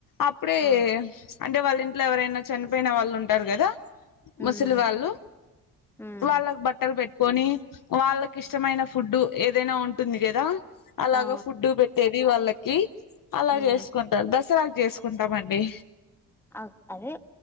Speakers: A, on the left; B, in the centre.
A: అప్పుడే
B: ఆ
A: అంటే వాళ్ళ ఇంట్లో ఎవరైనా చనిపోయిన వాళ్ళు ఉంటారు కదా
B: ఉమ్
A: ముసలి వాళ్ళు
B: ఉమ్
A: వాళ్ళకు బట్టలు పెట్ పెట్టుకొని వాళ్ళకి ఇష్టమైన ఫుడ్డు ఏదైనా ఉంటుంది కదా అలాగ
B: ఆ
A: ఫుడ్ పెట్టేది వాళ్ళకి అలా
B: ఉమ్
A: చేసుకుంటారు దసరా చేసుకుంటామండి
B: అ అదే